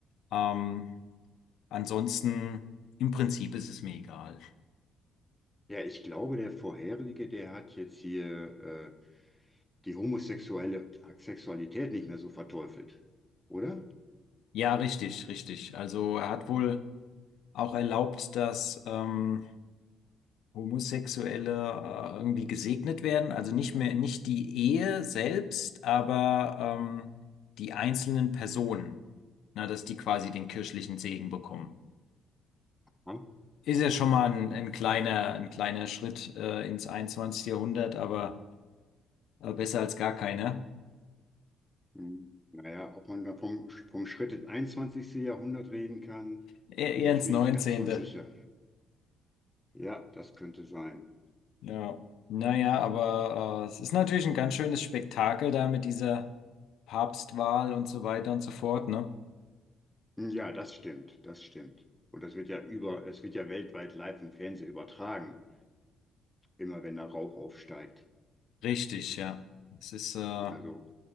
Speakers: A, on the left; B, in the centre.
A: Ähm, ansonsten, im Prinzip ist es mir egal.
B: Ja, ich glaube, der vorherige, der hat jetzt hier äh, die homosexuelle Sexualität nicht mehr so verteufelt, oder?
A: Ja, richtig, richtig. Also er hat wohl auch erlaubt, dass ähm, Homosexuelle äh, irgendwie gesegnet werden, also nicht mehr, nicht die Ehe selbst, aber ähm, die einzelnen Personen, na, dass die quasi den kirchlichen Segen bekommen.
B: Hm?
A: Ist ja schon mal ein, ein kleiner, ein kleiner Schritt äh, ins 21. Jahrhundert, aber äh, besser als gar keiner.
B: Hm, Naja, ob man da vom, vom Schritt ins einundzwanzigste Jahrhundert reden kann,
A: E
B: da bin
A: eher
B: ich
A: ins
B: mir
A: neunzehnte.
B: nicht ganz so sicher. Ja, das könnte sein.
A: Ja. Naja, aber äh, es ist natürlich ein ganz schönes Spektakel da mit dieser Papstwahl und so weiter und so fort, ne?
B: Hm, Ja, das stimmt, das stimmt. Und das wird ja über, es wird ja weltweit live im Fernsehen übertragen, immer wenn da Rauch aufsteigt.
A: Richtig, ja. Es ist äh,
B: Also,